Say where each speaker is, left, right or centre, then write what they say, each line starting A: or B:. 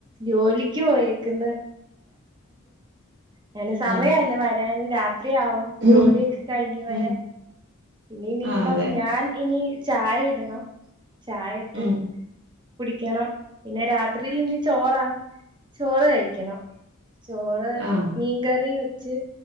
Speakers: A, on the right (about 25°); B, on the right (about 60°).
A: ജോലിക്ക് പോയക്കന്ന്. അങ്ങനെ സമയല്ല
B: ആഹ്
A: വരാന്- രാത്രിയാവും,
B: ഉം
A: ജോലിയൊക്കെ കഴിഞ്ഞ് വരാൻ.
B: ഉം
A: ഇനി ഇനിയിപ്പം
B: ആ അതെ
A: ഞാൻ ഇനി ചായ ഇടണം. ചായ ഇട്ട്-
B: ഉം
A: കുടിക്കണം. പിന്നെ രാത്രിൽ ഇനി ചോറാ, ചോറ് കഴിക്കണം. ചോറ്
B: ആഹ്
A: മീൻകറി വെച്ച്,